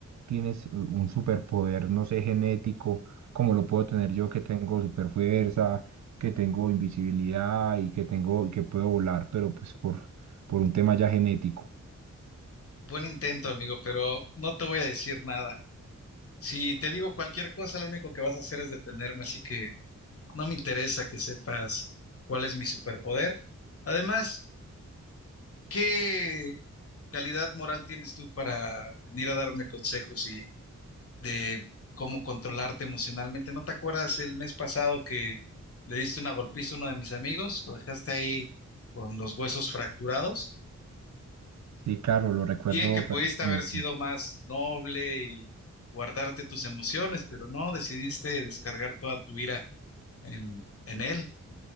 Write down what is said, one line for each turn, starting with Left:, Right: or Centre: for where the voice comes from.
Right: tienes u- un superpoder, no sé, genético, como lo puedo tener yo, que tengo superfuerza, que tengo invisibilidad y que tengo, y que puedo volar, pero pues por, por un tema ya genético?
Left: Buen intento, amigo, pero no te voy a decir nada. Si te digo cualquier cosa, lo único que vas a hacer es detenerme, así que no me interesa que sepas cuál es mi superpoder. Además, ¿qué calidad moral tienes tú para venir a darme consejos y de cómo controlarte emocionalmente? ¿No te acuerdas el mes pasado que le diste una golpiza a uno de mis amigos? Lo dejaste ahí con los huesos fracturados.
Right: Sí, claro, lo recuerdo
Left: Bien que pudiste
Right: perfectamente.
Left: haber sido más noble y guardarte tus emociones, pero no, decidiste descargar toda tu ira en, en él.